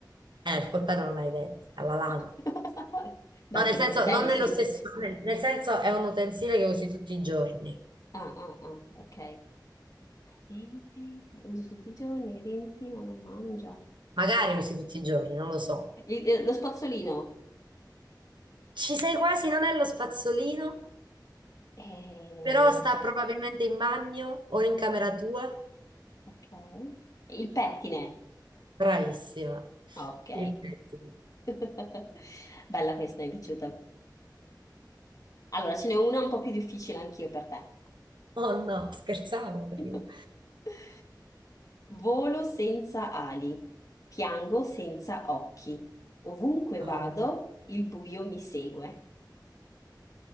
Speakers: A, on the right (about 85°); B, on the left (about 45°).
A: Eh, il coltello non ha i denti, ha la lama.
B: <laughs> Beh,
A: No,
B: alcuni
A: nel senso,
B: coltelli
A: non nello
B: sì.
A: stesso, nel, nel senso è un utensile che usi tutti i giorni.
B: Ah, ah, ah, ok. Denti, uso tutti i giorni, i denti ma non mangia.
A: Magari usi tutti i giorni, non lo so.
B: Il- eh, lo spazzolino?
A: Ci sei quasi, non è lo spazzolino?
B: Eh,
A: Però sta probabilmente in bagno o in camera tua.
B: ok. Il pettine?
A: Bravissima.
B: Ok.
A: Infatti.
B: <laughs> Bella questa, mi è piaciuta. Allora, ce n'è una un po' più difficile anch'io per te.
A: Oh no, scherzavo prima.
B: <laughs> Volo senza ali, piango senza occhi. Ovunque
A: Oh
B: vado,
A: no.
B: il buio mi segue.